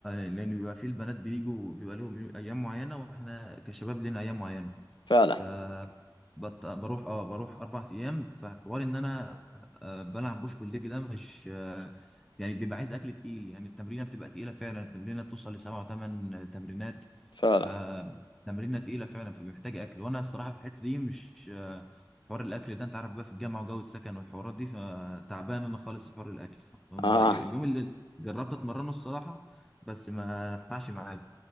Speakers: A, in the centre; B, on the left.
A: آه، لان بيبقى فيه البنات بيجوا بيبقى لهم ايام معينه واحنا كشباب لنا ايام معينه
B: فعلا
A: ف بط... بروح اه بروح اربع ايام فحوار ان انا آه بلعب بوش بالليج ده مش آه يعني بيبقى عايز اكل تقيل يعني التمرينه بتبقى تقيله فعلا التمرينه بتوصل لسبع وثمان تمرينات
B: فعلا
A: فتمرينه تقيله فعلا فبيحتاج اكل وانا الصراحه في الحته دي مش آه حوار الاكل ده انت عارف بقى في الجامعه وجو السكن والحوارات دي فتعبان انا خالص في حوار الاكل فما-
B: اه
A: اليوم اللي جربت اتمرنه الصراحه بس ما نفعش معايا